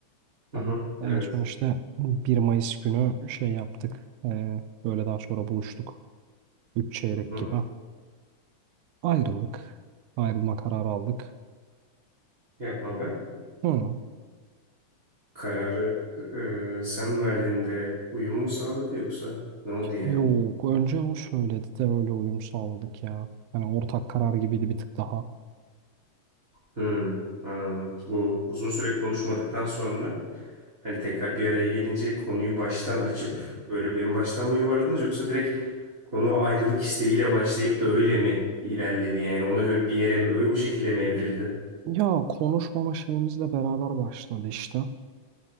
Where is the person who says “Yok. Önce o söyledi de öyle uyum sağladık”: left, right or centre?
Right